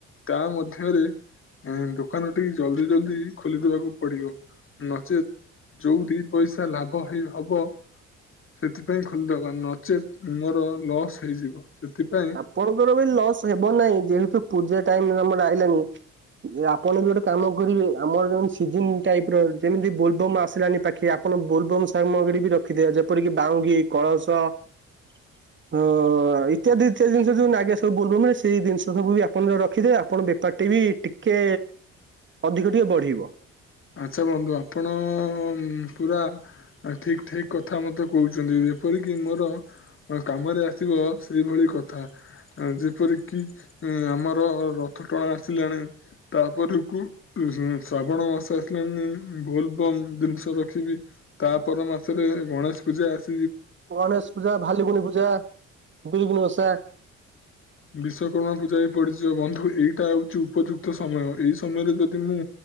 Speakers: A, on the left (about 45°); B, on the right (about 40°).
A: ତା ମଧ୍ୟରେ ଏଁ ଦୋକାନ ଟିକେ ଜଲ୍ଦି ଜଲ୍ଦି ଖୋଲିଦେବାକୁ ପଡିବ। ନଚେତ୍ ଯୋଉଁ ଦି ପଇସା ଲାଭ ହେଇ ହବ ସେଥିପାଇଁ ଖୋଲିଦବା ନଚେତ୍ ମୋର ଲସ୍ ହେଇଯିବ। ସେଥିପାଇଁ
B: ଆପଣଙ୍କର ବି ଲସ୍ ହେବ ନାହିଁ ଯେହେତୁ ପୂଜା ଟାଇମ ଆମର ଆଇଲାଣି। ଯେ ଆପଣ ବି ଗୋଟେ କାମ କରିବେ, ଆମର ଯୋଉଁ ସିିଜିନ ଟାଇପର ଯେମିତି ବୋଲବମ ଆସିଲାନି ପାଖେଇ ଆପଣ ବୋଲବମ୍ ସାମଗ୍ରୀ ବି ରଖିଦିଅ ଯେପରିକି ବାହୁଙ୍ଗି, କଳସ
A: <inaudible>
B: ହଁ ଜିନିଷ ଯୋଉଁ ଆଜ୍ଞା ସବୁ ବୋଲବମ୍ ମାନେ ସେଇ ଜିନିଷ ସବୁ ବି ଆପଣ ରଖିଦେବେ ଆପଣ ବେପାରଟି ବି ଟିକେ ଅଧିକ ଟିକେ ବଢିବ।
A: ଆଛା ବନ୍ଧୁ ଆପଣ ପୁରା ଠିକ ଠିକ କଥା ମତେ କହୁଛନ୍ତି। ଯେପରିକି ମୋର କାମରେ ଆସିବ ସେଇଭଳି କଥା। ଯେପରିକି ଆମର ରଥ ଟଣା ଆସିଲାଣି ତାପରକୁ <unintelligible> ଶ୍ରାବଣ ମାସ ବୋଲବମ୍ ଜିନିଷ ରଖିବି। ତାପ ମାସରେ ଗଣେଶ ପୂଜା ଆସ
B: ଗଣେଶ ପୂଜା, ଭାଲୁକୁଣି ପୂଜା, <unintelligible> ଓଷା
A: ବିଶ୍ଵକର୍ମା ପୂଜା ବି ପଡିଯିବ ବନ୍ଧୁ। ଏଇଟା ହଉଛି ଉପଯୁକ୍ତ ସମୟ ଏଇ ସମୟରେ ଯଦି ମୁଁ